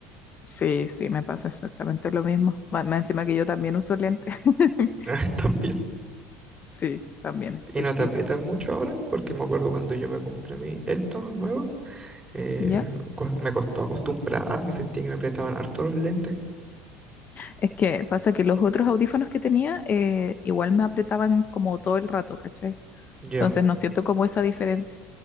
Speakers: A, on the left (about 40°); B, on the right (about 15°).
A: sí, sí, me pasa exactamente lo mismo. Más más encima que yo también uso lentes. <laughs>
B: <laughs> También.
A: Sí, también
B: Y
A: estoy
B: no
A: piti.
B: te aprietan mucho ahora, porque me acuerdo cuando yo me compré mi estos nuevos, eh,
A: ¿Ya?
B: cos- me costó acostumbrarme, sentí que me apretaban harto los lentes.
A: Es que pasa que los otros audífonos que tenía eh, igual me apretaban como todo el rato, ¿cachai?
B: Yo,
A: Entonces no siento como esa diferencia.